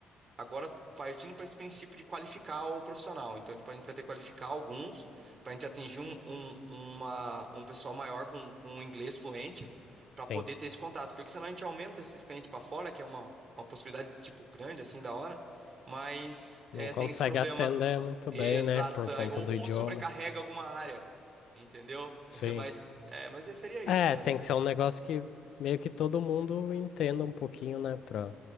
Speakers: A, on the right (about 45°); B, on the left (about 70°).
A: agora partindo para esse princípio de qualificar o profissional. Então, tipo, a gente vai ter que qualificar alguns para a gente atingir um, um, uma- um pessoal maior com, com inglês fluente
B: sim.
A: para poder ter esse contato. Porque senão a gente aumenta esses clientes para fora, que é uma, uma possibilidade, tipo, grande, assim, da hora. Mas é,
B: Não consegue
A: tem esse problema.
B: atender muito bem,
A: Exato.
B: né? Por conta
A: aí, Ou,
B: do
A: ou
B: idioma.
A: sobrecarrega alguma área. Entendeu?
B: Sim.
A: <laughs> Mas, é, mas seria isso
B: É,
A: mesmo.
B: tem que ser um negócio que meio que todo mundo entenda um pouquinho, né? Pra,